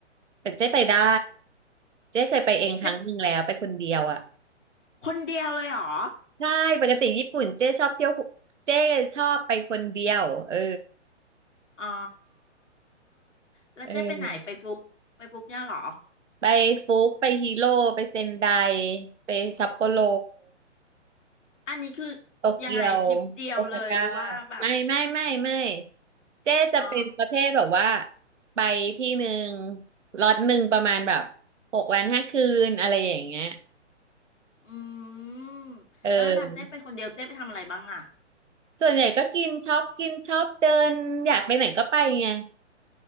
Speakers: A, on the right; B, on the left.
A: แต่เจ๊ไปได้เจ๊เคยไปเองครั้งหนึ่งแล้วไปคนเดียวอ่ะ
B: เจ้ไปคนเดียวเลยเหรอ
A: ใช่ปกติญี่ปุ่นเจ๊ชอบเที่ยวเจ๊ชอบไปคนเดียวเออ
B: อ๋อแล้วเจ๊ไปไหนไปฟุกไปฟุกเนี่ยเหรอ
A: เออ ไปฟุกไปฮิโร่ไปเซนไดไปซัปโปโร
B: อันนี้คือ
A: โตเกียว
B: ยังไงทริปเดียวเลยหรือว่าแบบ
A: โอซาก้าไม่ไม่ไม่ไม่เจ๊จะเป็นประเภทแบบว่า
B: อ๋อ
A: ไปที่หนึ่งล็อตหนึ่งประมาณแบบหกวันห้าคืนอะไรอย่างเงี้ย
B: อืมแล้วเวลาเจ๊ไปคนเดียวเจ๊ไปทำอะไรบ้างอ่ะ
A: เออส่วนใหญ่ก็กินช็อปกินช็อปเดินอยากไปไหนก็ไปไง